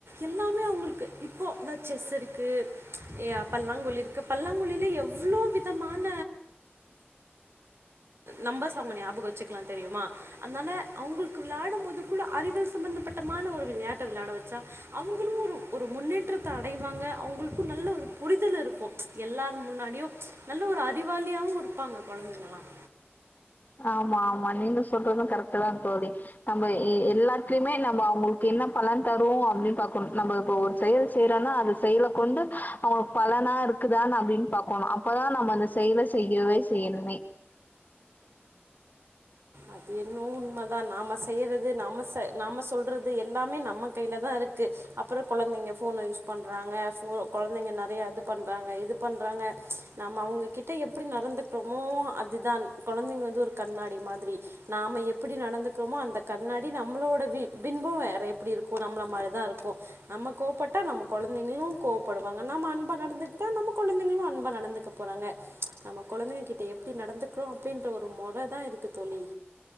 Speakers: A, on the right (about 75°); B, on the left (about 45°).
A: எல்லாமே அவங்களுக்கு இப்போ தா செஸ் இருக்கு பல்லாங்குழி இருக்கு பல்லாங்குழில எவ்வளோ விதமான நம்பர்ஸ் அவங்க ஞாபகம் வச்சுக்கலாம் தெரியுமா அனால அவங்களுக்கு விளாடும் போதுக்கூட அறிவியல் சம்மந்தப்பட்டமான ஒரு விளையாட்ட விளையாட வெச்சா அவங்களும் ஒரு ஒரு முன்னேற்றத்த அடைவாங்க அவங்களுக்கும் நல்ல ஒரு புரிதல் இருக்கு எல்லார் முன்னாடியும் நல்ல ஒரு அறிவாளியாவும் இருப்பாங்க கொழந்தைகள்லாம்
B: ஆமா ஆமா நீங்க சொல்றதும் கரெக்ட் தா தோழி நம்ம எல்லாத்துலயுமே நம்ம அவங்களுக்கு என்ன பலன் தருவோம் அப்டின்னு பாக்கணு நம்ம இப்ப ஒரு செயல் செய்யறோன்னா அது செயல கொண்டு அவங்க பலனா இருக்குதான்னு அப்டின்னு பாக்கோணு அப்பதா நம்ம அந்த செயல செய்யவே செய்யணுமே
A: அது என்னவோ உண்மதா நாம செய்யறது நாம நாம சொல்றது எல்லாமே நம் ம கைல தா இருக்கு அப்றம் கொழந்தைங்க ஃபோன யூஸ் பண்றாங்க ஃபோ கொழந்தைங்க நறைய அது பண்றாங்க இது பண்றாங்க நாம அவங்ககிட்ட எப்டி நடந்துக்கறோமோ அதுதா கொழந்தங்க வந்து ஒரு கண்ணாடி மாதிரி நாம எப்டி நடந்துக்கறோமோ அந்த கண்ணாடி நம்மளோட வி பின்பம் வேற எப்டி இருக்கும் நம்மள மாரிதா இருக்கும் நம்ம கோப்பட்டா நம்ம கொழந்தைங்களும் கோப்படுவாங்க நம்ம அன்பா நடந்துட்டா நம்ம கொழந்தைகளும் அன்பா நடந்துக்க போறாங்க நம்ம கொழந்தைங்க கிட்ட எப்டி நடந்துக்கறோம் அப்டின்ற ஒரு மொற தா இருக்கு தோழி